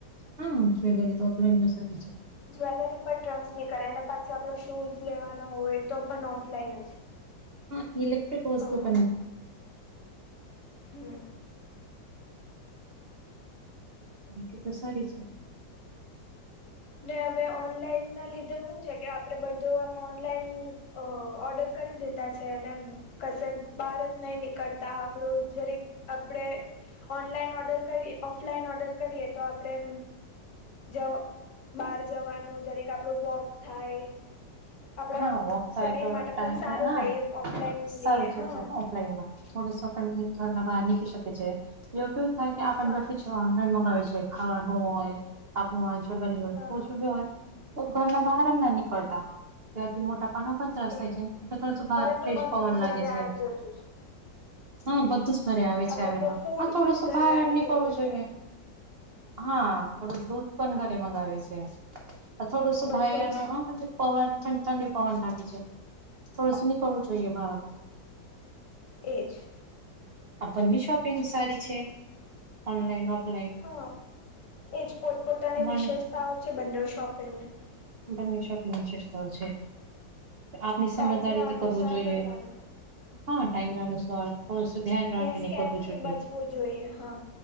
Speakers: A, on the right (about 75°); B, on the left (about 65°).
A: હા જ્વેલરી તો ઓફલાઈનમાં સારી છે.
B: જ્વેલરી પર ટ્રસ્ટ ની કરાય અને પાછી આપડ શૂઝ લેવાનો હોય તો પણ ઓફલાઈન જ
A: હ એલેક્ટ્રિક વસ્તુ
B: હા
A: પ
B: હમ
A: બાકી તો સારી છે.
B: ને હવે ઓનલાઈન ના લીધે હું છે કે આપડે બધું આમ ઓનલાઈન અ ઓર્ડર કરી દેતા છે એને કશે બહાર જ નહી નીકળતા આપણું જરીક આપણે ઓનલાઈન ઓર્ડર કરીએ ઓફલાઈન ઓર્ડર કરીએ તો આપણેે જો બહાર જવાનું જરેકે આપણું વોક થાય. આપડા
A: હા વોક
B: શરીર
A: થાય થોડો
B: માટે
A: ટાઈમ
B: પણ સારું
A: હા
B: રહીએ ઓફલાઈન
A: સારું
B: લઈએ
A: છે
B: હા.
A: છે ઓફલાઈનમાં થોડસો ઘર બહાર નીકળ શકે છે એવ કેવું થાય કે આપને
B: હા
A: બું. ઓનલાઈન મગાવુ છે ખાવાનું હોય પાકનું હોય જ્વેલરી હોય
B: હા
A: ઓછું બી હોય. તો ઘરના બહાર ના નિકળતા. તેથી મોટા પાનો પણ ત્રાસ થાય
B: એજ
A: છે ને એટલે થોડોસો બહાર
B: હવે
A: ફ્રેશ
B: તો બધું
A: પવન
B: જ
A: લાગે
B: ઘરે
A: છે
B: આવી જતું છે.
A: હા બધું જ ઘરે આવે
B: હવે
A: છે આવે તો
B: ફૂડ
A: હ થોડુંસું
B: પણ ઘરે
A: બહાર
B: આવી
A: નીકળવું
B: જતું
A: જોઈએ.
B: છે.
A: હા બડું દૂધ ન ઘરે મગાવે છે થોડુંસું
B: બધું
A: ભાઈર
B: જ
A: પવન ઠંડી ઠંડી પવાનું લાગે છે થોડુ સુ નિકળવું જોઇએ બાહર
B: એ જ
A: આપણ મી શોપિંગ સારી છે ઓનલાઈન ઓફલાઈન.
B: હ એજ પોતપોતાની
A: મને
B: વિશેષતાઓ છે બંને શોપિંગની.
A: બને શોપિંગ ની વિશેષતાઓ છે. આપની
B: ટાઈમના
A: સમજદારીથી
B: અનુસાર
A: કરવું જોઈએ
B: કરવાનો
A: હા ટાઈમ અનુસાર. થોડું શું ધ્યાન રાખીને
B: ને સ્કેમ
A: કરવું
B: થી
A: જોઈએ
B: બચવું જોઈએ હા